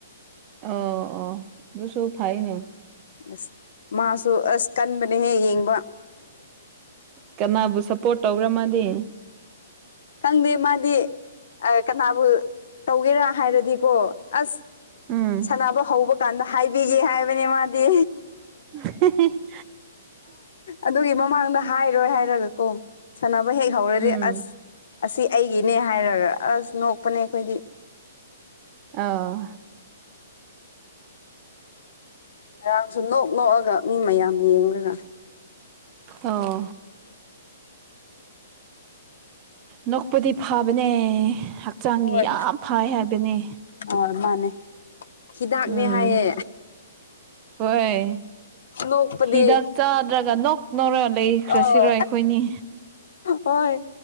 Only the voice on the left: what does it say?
ꯑꯁ ꯃꯥꯁꯨ ꯑꯁ ꯀꯟꯕꯅꯦꯍꯦ ꯌꯦꯡꯕ
ꯈꯪꯗꯦ ꯃꯥꯗꯤ ꯀꯅꯥꯕꯨ ꯇꯧꯒꯦꯔꯥ ꯍꯥꯏꯔꯗꯤꯀꯣ ꯑꯁ
ꯁꯥꯟꯅꯕ ꯍꯧꯕ ꯀꯥꯟꯗ ꯍꯥꯏꯕꯤꯒꯦ ꯍꯥꯏꯕꯅꯤ ꯃꯥꯗꯤ
ꯑꯗꯨꯒꯤ ꯃꯃꯥꯡꯗ ꯍꯥꯏꯔꯣꯏ ꯍꯥꯏꯔꯒ ꯀꯣ ꯁꯥꯟꯅꯕ ꯍꯦꯛ ꯍꯧꯔꯗꯤ
ꯑꯁ ꯑꯁꯤ ꯑꯩꯒꯤꯅꯦ ꯍꯥꯏꯔꯒ ꯑꯁ ꯅꯣꯛꯄꯅꯦ ꯑꯩꯈꯣꯏꯗꯤ
ꯉꯔꯥꯡꯁꯨ ꯅꯣꯛ ꯅꯣꯛꯑꯒ ꯃꯤ ꯃꯌꯥꯝ ꯌꯦꯡꯂꯒ
ꯍꯣꯏ
ꯍꯣꯏ ꯃꯥꯅꯦ ꯍꯤꯗꯥꯛꯅꯦ
ꯍꯥꯏꯌꯦ
ꯅꯣꯛꯄꯗꯤ
ꯑꯥ
ꯍꯣꯏ